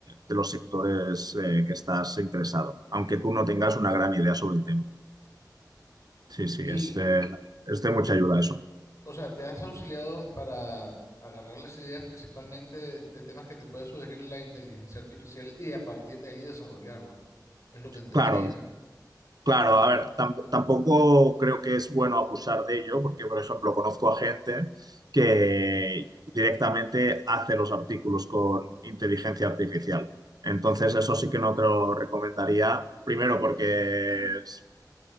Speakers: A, on the right; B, on the left.
A: de los sectores eh, que estás interesado, aunque tú no tengas una gran idea sobre el tema. Sí, sí,
B: Y,
A: es, eh, es de mucha ayuda eso.
B: o sea, te has auxiliado para agarrar las ideas principalmente de, de temas que te puede sugerir la inteligencia artificial y a partir de ahí desarrollarlo. Es lo que entendería,
A: Claro,
B: ¿no?
A: Claro, a ver, tam- tampoco creo que es bueno abusar de ello, porque, por ejemplo, conozco a gente que directamente hace los artículos con inteligencia artificial. Entonces, eso sí que no te lo recomendaría. Primero, porque
B: Ujú.
A: es-